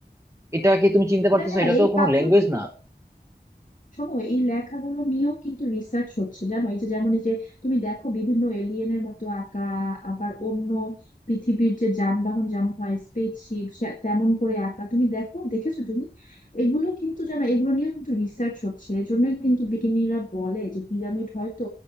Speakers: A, on the right (about 15°); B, on the left (about 50°).
A: এটা কি তুমি চিনতে পারতেছো
B: হ্যাঁ হ্যাঁ
A: এটা
B: এই
A: তো কোনো
B: পাথরগুলো
A: ল্যাঙ্গুয়েজ না
B: শোনো এই লেখাগুলো নিয়েও কিন্তু রিসার্চ হচ্ছে জানো এই যে যেমন এই যে তুমি দেখো বিভিন্ন এলিয়েনের মতো আঁকা আবার অন্য পৃথিবীর যে যানবাহন যেমন হয় স্পেসশিপ তেমন করে আঁকা তুমি দেখো দেখেছো তুমি এগুলো কিন্তু জানো এগুলো নিয়েও কিন্তু রিসার্চ হচ্ছে এজন্যই কিন্তু বিজ্ঞানীরা বলে যে পিরামিড হয়তো